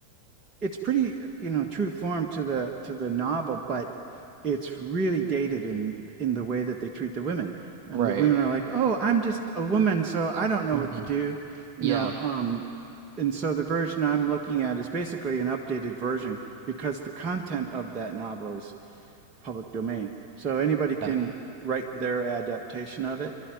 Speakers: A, on the right; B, on the right.
A: it's pretty, you know, true to form to the to the novel, but it's really dated in in the way that they treat the women. And
B: Right.
A: the women are like, "Oh, I'm just a woman, so I don't know
B: hmm
A: what to do," you
B: Yeah.
A: know. Um, and so the version I'm looking at is basically an updated version because the content of that novel is public domain. So anybody can
B: Yeah.
A: write their adaptation of it.